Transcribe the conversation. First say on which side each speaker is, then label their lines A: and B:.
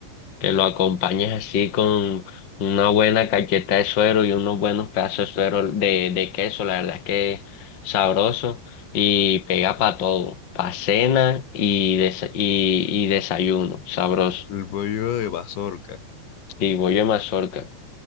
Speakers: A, on the left; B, on the left.
A: que lo acompañes así con una buena cacheta de suero y unos buenos pedazos de suero de, de queso, la verdad es que es sabroso y pega para todo, para cena y, desa- y, y desayuno, sabroso.
B: El bollo de mazorca.
A: Y bollo de mazorca.